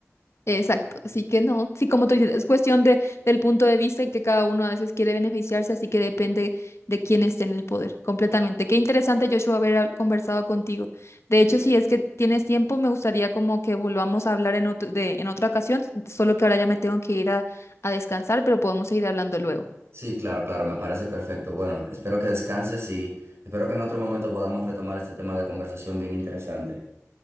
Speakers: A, on the left (about 60°); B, on the right (about 55°).
A: Exacto, así que no, sí, como tú dices, es cuestión de, del punto de vista y que cada uno a veces quiere beneficiarse, así que depende de quién esté en el poder, completamente. Qué interesante, Joshua, haber ha- conversado contigo. De hecho, si es que tienes tiempo, me gustaría como que volvamos a hablar en otro- de, en otra ocasión, solo que ahora ya me tengo que ir a, a descansar, pero podemos seguir hablando luego.
B: Sí, claro, claro, me parece perfecto. Bueno, espero que descanses y espero que en otro momento podamos retomar este tema de conversación bien interesante.